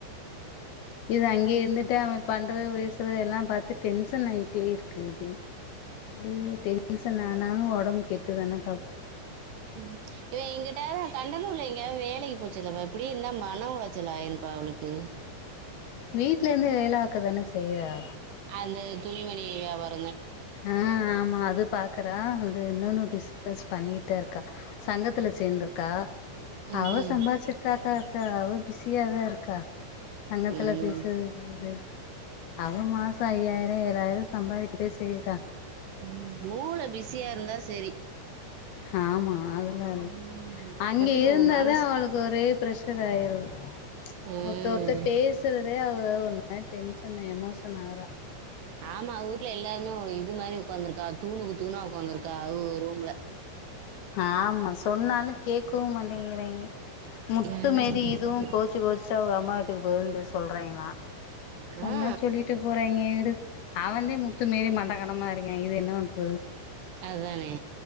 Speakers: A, on the left (about 70°); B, on the right (about 70°).
A: <inaudible> இது அங்கே இருந்துட்டு அவ பண்றது பேசறது எல்லா பாத்து டென்ஷன் ஆயிட்டே இருக்கு இது ம் டென்ஷன் ஆனாலு ஒடம்பு கெட்டுதான
B: ம் இவ எங்கிட்ட கண்டது லை ஏதாது வேலைக்கு போச் சொல்லு அவ இப்டியே இருந்தா மன உளைச்சல் ஆயிரும்ப்பா அவுளுக்கு
A: வீட்ல இருந்து வேல பாக்க தான செய்றா
B: அந்த துணிமணி வியாபார
A: அ ஆமா அது பாக்குறா அது இன்னொனு பிசினஸ் பண்ணிட்தா இருக்கா சங்கத்துல சேந்துருக்கா
B: ம்
A: அவ சம்பாரிச்சுட்டு தாக்கா இருக்கா அவ பிஸியா தா இருக்கா சங்கத்துல
B: ம்
A: பேசறதுல இருந்து அவ மாச ஐயாயிர ஏழாயிர சம்பாரிக்கிதா செய்றா
B: ம் மூள பிஸியா இருந்தா செரி
A: ஹாமா அதுலா இல்ல
B: ம்
A: அங்கே
B: கெட்டுக்க
A: இருந்தாதா
B: மனசு
A: அவுளுக்கு ஒரே பிரஷர் ஆயிருது
B: ம்
A: ஒருத்த ஒருத்தர் பேசறதே அவ ஒரு மாரி டென்ஷன் எமோஷன் ஆகறா
B: ஆமா அவ வூட்ல எல்லாருமே ஒரு இது மாரி உக்காந்திருக்கா தூணுக்கு தூணா உக்காந்துருக்கா அவுகவுக ரூம்ல
A: ஹாமா சொன்னாலும் கேட்கவும் மாட்டேங்கிறாய்ங்க முத்து
B: எல்லாமே
A: மாரி
B: சேந்து
A: இதுவு கோவிச்சு கோவிச்சிட்டு அவுக அம்மா வீட்டுக்கு போகுதுன் பே சொல்றாய்ங்ளா சொன்னா
B: ஆ
A: சொல்லிட்டு போறாய்ங்க விடு அவந்தே முத்து மாரி மண்ட கனமா இருக்கே இது என்ன பண்றது
B: அதானே